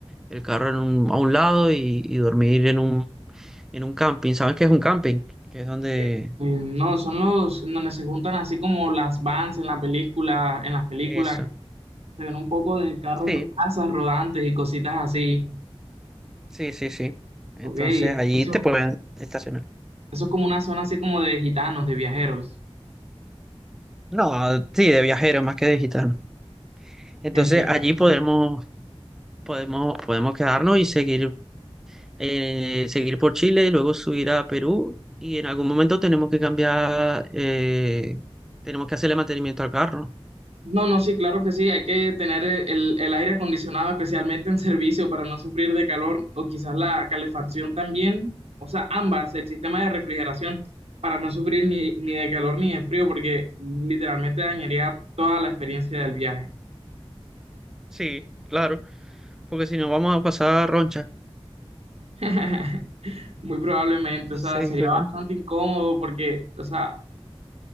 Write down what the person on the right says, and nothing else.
Eh, no, son los donde se juntan así como las vans en la película, en las películas,
que se ven un poco de carros,
casas rodantes y cositas así.
Ok, eso,
eso es como una zona así como de gitanos, de viajeros.
Entiendo.
No, no, sí, claro que sí, hay que tener eh, el, el aire acondicionado especialmente en servicio para no sufrir de calor o quizás la calefacción también, o sea, ambas, el sistema de refrigeración para no sufrir ni, ni de calor ni de frío porque literalmente dañaría toda la experiencia del viaje.
<laughs> Muy probablemente,
o sea, sería
bastante incómodo porque, o sea,